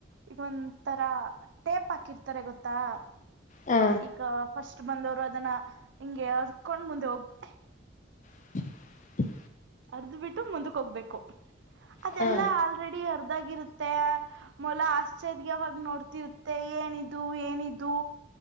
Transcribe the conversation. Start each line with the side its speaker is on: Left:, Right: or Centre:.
Right: ಈಗೊಂದ್ ಥರಾ ಟೇಪ್ ಆಕಿರ್ತಾರೆ ಗೊತ್ತಾ.
Left: ಹಾ
Right: ಈಗ ಫಸ್ಟ್ ಬಂದವ್ರು ಅದನ್ನ ಹಿಂಗೆ ಎಳರ್ಕೊಂಡ ಮುಂದೆ ಹೋಗ್ಬೇಕ.
Left: ಟಕ್ ಟಕ್
Right: ಅರ್ಧಬಿಟ್ಟು ಮುಂದುಕ್ಕೋಗ್ಬೇಕು ಅದೆಲ್ಲಾ
Left: ಹಾ
Right: ಆಲ್ರೆಡಿ ಅರ್ಧಾಗಿರುತ. ತ್ತೆ ಮೊಲಾ ಆಶ್ಚರ್ಯವಾಗ ನೋಡ್ತಿರುತ್ತೆ ಏನಿದು ಏನಿದು.